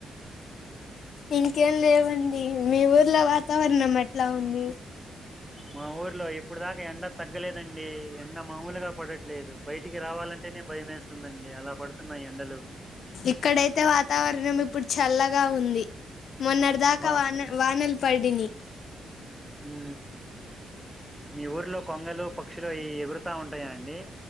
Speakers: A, on the left; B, in the centre.
A: ఇంకేం లేవండి మీ ఊర్లో వాతావరణం ఎట్లా ఉంది
B: మా ఊర్లో ఇప్పుడు దాకా ఎండ తగ్గలేదండి ఎండ మామూలుగా పడట్లేదు బయటికి రావాలంటేనే భయం వేస్తుందండి అలా పడుతున్నాయి ఎండలు
A: ఇక్కడైతే వాతావరణం ఇప్పుడు చల్లగా ఉంది మొన్నటి దాకా
B: మా
A: వాన వానలు పడినాయ్
B: ఉ మీ ఊర్లో కొంగలు పక్షులు ఈ ఎగురు తా ఉంటాయా అండి